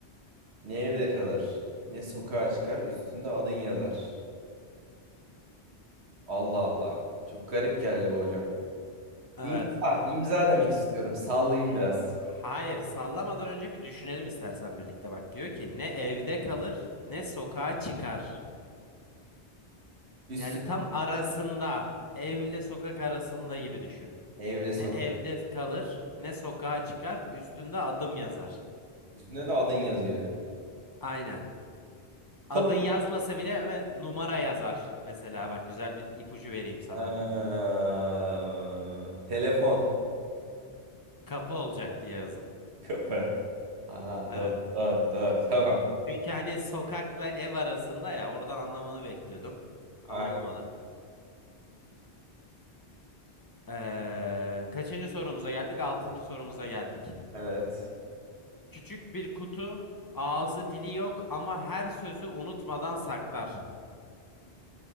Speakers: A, on the right (about 70°); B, on the left (about 20°).
A: Ne evde kalır, ne sokağa çıkar, üstünde adın yazar. Allah Allah. Çok garip geldi bu hocam.
B: Evet.
A: İmza, imza demek istiyorum. Sallayayım biraz.
B: Hayır, sallamadan önce bir düşünelim istersen birlikte. Bak diyor ki ne evde kalır, ne sokağa çıkar.
A: Üstünde
B: Yani tam arasında, evle sokak arasında gibi düşün.
A: evle
B: Ne
A: sokak.
B: evde kalır, ne sokağa çıkar, üstünde adım yazar.
A: Üstünde de adın yazıyor.
B: Aynen. Adın
A: Kapı.
B: yazmasa bile e, numara yazar. Mesela bak güzel bir ipucu vereyim sana.
A: Eee, telefon.
B: Kapı olacak diye yazım.
A: Kapı. Ha,
B: Evet.
A: doğru, doğru, doğru. Tamam.
B: Çünkü hani sokakla ev arasında ya oradan anlamanı bekliyordum. Ama
A: Aynen.
B: olmadı. Ee, kaçıncı sorumuza geldik? Altıncı sorumuza geldik.
A: Evet.
B: Küçük bir kutu, ağzı dili yok ama her sözü unutmadan saklar.